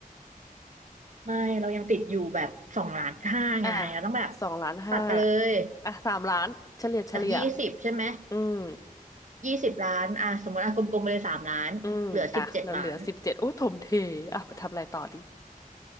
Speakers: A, on the right (about 55°); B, on the left (about 25°).
A: ไม่เรายังติดอยู่แบบสองล้านห้าไงเราต้องแบบ
B: อ่ะสองล้านห้าอะ
A: ตัดไปเลย
B: อ่ะสามล้านเฉลี่ยเฉลี่ย
A: จากยี่สิบใช่ไหม
B: อืม
A: ยี่สิบล้านอ่ะสมมติอ่ะกลมๆไปเลยสามล้าน
B: อืม
A: เหลือสิบเจ็ดล้าน
B: อ่ะแล้วเหลือสิบเจ็ดโอ้ถมเทอ่ะไปทำอะไรต่อดี